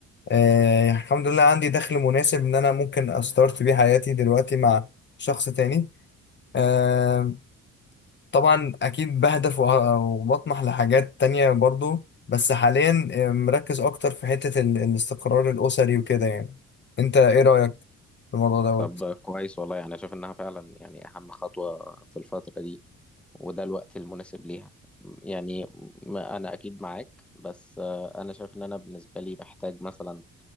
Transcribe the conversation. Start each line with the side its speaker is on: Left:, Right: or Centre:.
Left: آه، الحمد لله عندي دخل مناسب ان انا ممكن استارت بيه حياتي دلوقتي مع شخص تاني آه، طبعا اكيد بهدف وه- وبطمح لحاجات تانية برضو بس حاليا آه، مركز اكتر في حتة ال- الاستقرار الاسري وكده يعني انت ايه رأيك في الموضوع دوت
Centre: طب كويس والله يعني شايف انها فعلا يعني اهم خطوة في الفترة دي وده الوقت المناسب ليها يعني ما انا اكيد معاك بس آه، انا شايف ان انا بالنسبة لي محتاج مثلا